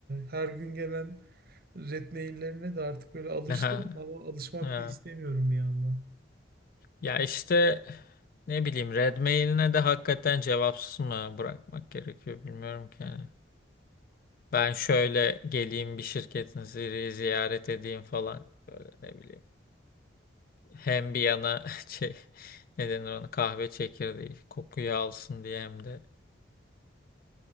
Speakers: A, on the right; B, on the left.
A: her gün gelen red maillerine de artık böyle alıştım
B: <laughs> Aha.
A: ama alışmak
B: Evet.
A: da istemiyorum bir yandan.
B: Ya işte ne bileyim red mailine de hakikaten cevapsız mı bırakmak gerekiyor bilmiyorum ki yani. Ben şöyle geleyim bir şirketinizi ziyaret edeyim falan. Böyle ne bileyim. Hem bir yana <laughs> şey ne denir ona kahve çekirdeği kokuyu alsın diye hem de.